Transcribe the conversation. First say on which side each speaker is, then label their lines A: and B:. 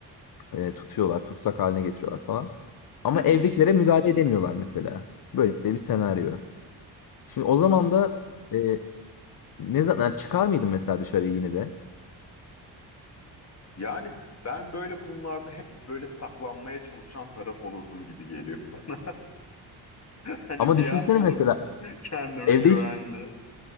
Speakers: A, on the left (about 50°); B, on the left (about 35°).
A: e, tutuyorlar, tutsak haline getiriyorlar falan. Ama
B: Hı hı.
A: evdekilere müdahale edemiyorlar mesela. Böyle bir senaryo. Şimdi o zaman da e, ne zaman yani çıkar mıydın mesela dışarı yine de?
B: Yani ben böyle konularda hep böyle saklanmaya çalışan taraf olurdum gibi geliyor. <laughs> Hani
A: Ama
B: bir
A: düşünsene
B: yer bulup
A: mesela
B: <laughs> kendime
A: evde
B: güvenli.
A: hiç